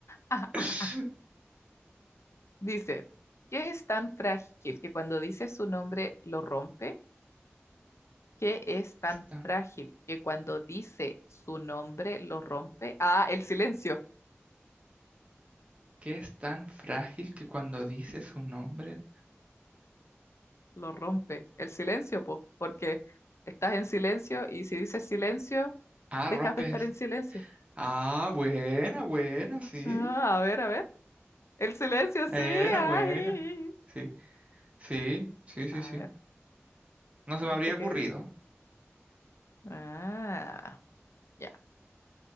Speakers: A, on the left; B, on the right.
A: <laughs>
B: <laughs>
A: Dice, ¿qué es tan frágil que cuando dice su nombre lo rompe? que es tan
B: Es tan-
A: frágil que cuando dice su nombre lo rompe. Ah, el silencio,
B: ¿Qué es tan frágil que cuando dices un nombre...
A: lo rompe. El silencio, po, porque estás en silencio y si dices silencio,
B: Ah,
A: dejas
B: rompes
A: de estar
B: el...
A: en silencio.
B: Ah, buena, buena, sí.
A: Ah, a ver, a ver. El silencio, sí.
B: Era
A: Ay.
B: buena. Sí, sí, sí, sí,
A: A
B: sí.
A: ver,
B: No se
A: ¿viste
B: me habría ocurrido.
A: que? Ah, ya.